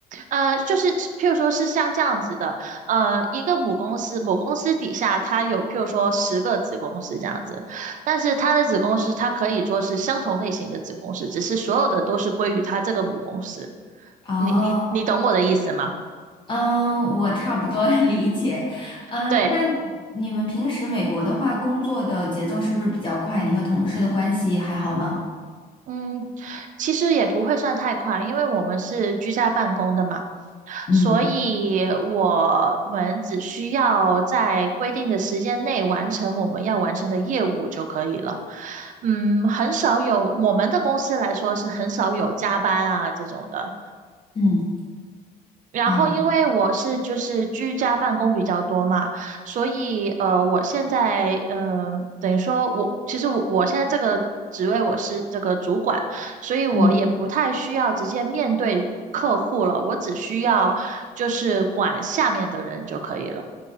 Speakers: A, on the right; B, on the left.
A: 呃，就是譬如说是像这样子的，呃，一个母公司，母公司底下它有譬如说十个子公司这样子，但是它的子公司它可以说是相同类型的子公司，只是所有的都是归于它这个母公司。
B: 哦，
A: 你你你懂我的意思吗？
B: 嗯，我差不多 <laughs> 理解。嗯，
A: 对。
B: 那你们平时美国的话，工作的节奏是不是比较快？你和同事的关系还好吗？
A: 嗯，其实也不会算太快，因为我们是居家办公的嘛，
B: 嗯
A: 所以我们只需要在规定的时间内完成我们要完成的业务就可以了。嗯，很少有，我们的公司来说是很少有加班啊这种的。
B: 嗯，
A: 然后，
B: 哦，
A: 因为我是就是居家办公比较多嘛，所以呃，我现在嗯、呃等于说我其实我我现在这个职位我是这个主管，所以我也不太需要直接面对客户了，
B: 嗯，
A: 我只需要就是管下面的人就可以了。